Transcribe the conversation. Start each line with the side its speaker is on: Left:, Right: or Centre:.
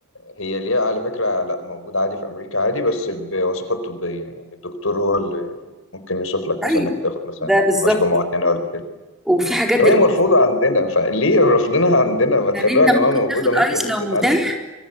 Left: هي ليها على فكرة لا موجودة عادي في أمريكا عادي بس بوصفات طبية يعني الدكتور هو اللي ممكن يوصف لك
Centre: طيب
Left: مثلا إنك تاخد مثلا
Centre: ده بالظبط
Left: عشبة معينة ولا كده
Centre: وفي حاجات
Left: إنما
Centre: دلوقتي
Left: هي مرفوضة عندنا فليه رفضناها عندنا ما
Centre: يعني
Left: تخلوها
Centre: انت
Left: يا
Centre: ممكن
Left: جماعة موجودة
Centre: تاخد
Left: ممكن
Centre: ايس
Left: الناس
Centre: لو
Left: تتعالج
Centre: متاح
Left: بيها